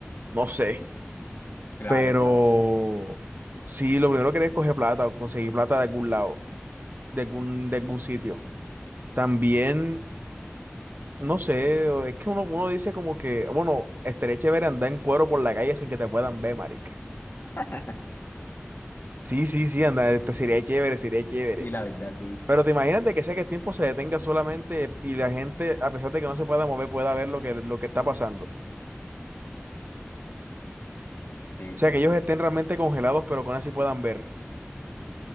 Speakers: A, on the right; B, on the left.
A: No sé.
B: Claro,
A: Pero
B: claro.
A: sí, lo primero que haría es coger plata, conseguir plata de algún lado, de algún, de algún sitio. También, no sé, o- es que uno, uno dice como que, bueno, estaría chévere andar en cuero por la calle sin que te puedan ver, marica.
B: <laughs>
A: Sí, sí, sí, andar, sería chévere, sería chévere.
B: Sí, la verdad, sí.
A: Pero te imagínate que sea que el tiempo se detenga solamente y la gente, a pesar de que no se pueda mover, pueda ver lo que, lo que está pasando. O
B: Sí,
A: sea,
B: sí.
A: que ellos estén realmente congelados, pero con así puedan ver.